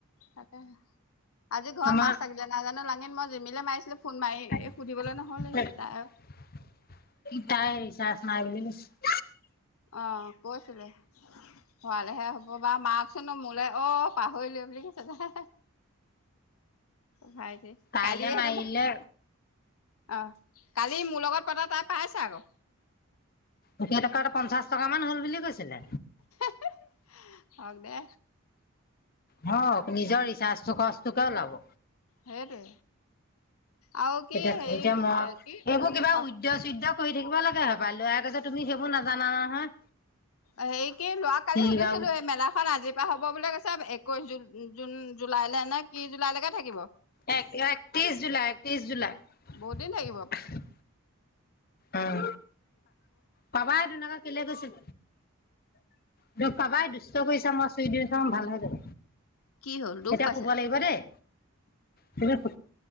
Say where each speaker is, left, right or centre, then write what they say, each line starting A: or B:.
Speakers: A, on the left (about 75°); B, on the left (about 45°).
A: তাকে, হে আজি ঘৰত
B: আমাৰ
A: মাছ থাকিলে নাজানো লাঙিন ম।। জিমিলে মাৰিছিলো।।
B: তাইেৰি
A: ফোন মাৰি সুধিবলৈ নহ'লেই তাই
B: চাস ন <inaudible>
A: আহ কৈছিলে ভৱালেহে হ'ব বা মাকচোন মোলৈ অ পাহৰিলোৱে বুলি কৈছে দে ভাই যে
B: তাইলে
A: কালিয়েে
B: মাৰিলে
A: নাবা অঁঃ কালি মোৰ লগত পতা তাই পাইছে আকৌ
B: এতিয়া টো টকা পঞ্চাশ টকা মান হল বুলি কৈছিলে।
A: হি হি হক দে।
B: হওঁক নিজৰ ৰিচাচৰ খৰচটোকে ওলাব।
A: হেৰি আৰু কি
B: তেতিয়া এতিয়া মই
A: এ কি
B: এইবোৰ কিবা
A: অ
B: উদ্য চদ্ধ্য কৰি থাকিব লাগে হব পয় লোৱাৰ আগতে তুমি সেই বোৰ নাজানা নহয়
A: এই কি যোৱ কালি
B: কিবা
A: সুধিছিলোঁ। এই মেলাখন আজিৰ পৰা হ'ব বুলি কৈছে একৈশ জুন।। জুন জুলাইলৈ নে কি জুলাইলৈকে থাকিব
B: এক একত্ৰিশ জুলাই একত্ৰিশ জুলাই।।
A: বহুত দিন থাকিব
B: উম পাবা তেনেকে কেলে গৈছিল টো কাবাই দুষ্ট কৰিছে মই চুই দিওঁ চাওঁ ভাল হৈ যাব।
A: কি হ'ল দুখ
B: এতিয়া
A: পাইছে
B: শুব লাগিব দেই কেলৈ